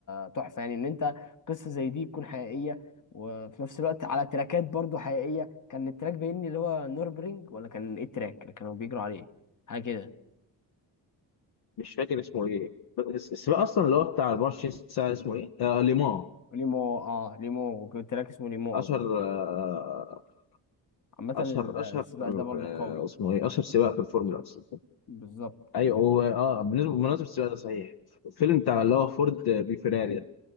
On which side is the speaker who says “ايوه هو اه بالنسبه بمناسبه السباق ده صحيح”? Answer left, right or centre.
Left